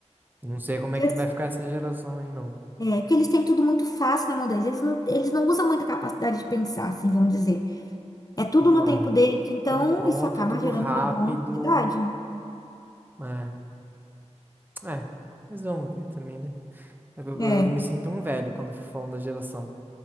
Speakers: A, on the right; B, on the left.
A: Não sei como
B: porque-
A: é que vai ficar essa geração aí, não.
B: é, porque eles têm tudo muito fácil na mão deles. Eles não, eles não usam muita capacidade de pensar, assim, vamos dizer. É tudo
A: Não.
B: no tempo deles, então
A: Tudo pronto,
B: isso acaba
A: tudo
B: gerando
A: rápido.
B: uma boa ansiedade.
A: É, é. Mas vamos ver também, né? Eu,
B: É,
A: eu- eu me sinto um velho quando eu fico falando da geração